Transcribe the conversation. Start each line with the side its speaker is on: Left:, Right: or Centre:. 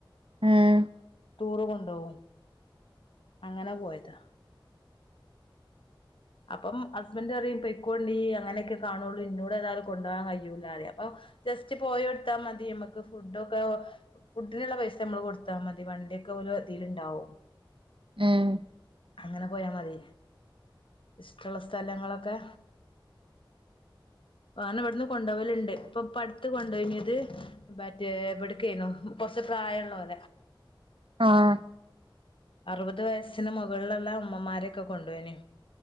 Right: ആം
Left: ടൂറ് കൊണ്ടോകും അങ്ങനെ പോയതാ അപ്പം ഹസ്ബൻറ് പറയും പയികളോൺടീ അങ്ങനെയൊക്കെ കാണുള്ളൂ ഇന്നോട് ഏതായാലും കൊണ്ണ്ടോകാൻ കഴിയൂല്ലേ അപ്പൊ ജസ്റ്റ് പോയോട്ത്താ മതി നമ്മക്ക് ഫുഡ ഫുഡിനുള്ള പൈസ നമ്മള് കൊടുത്താ മതി വണ്ടിയൊക്കെ ഓലതില് ണ്ടാവും
Right: ഏഏഏ
Left: അങ്ങനെ പോയാ മതി ഇഷ്ടുള്ള സ്ഥലങ്ങളൊക്കെ വണം ഇവിടുന്ന് കൊണ്ടുപോലുണ്ട് ഇപ്പൊ പടുത്ത് കൊണ്ടുപോഞ്ഞത് മറ്റേ എവിടുക്ക കൊറ പ്രായമുള്ള
Right: ആഹ
Left: അറുപത് വയസ്സിന് മുകളിലുള്ള അമ്മമാരൊക്കെ കൊണ്ടു പോോയിന്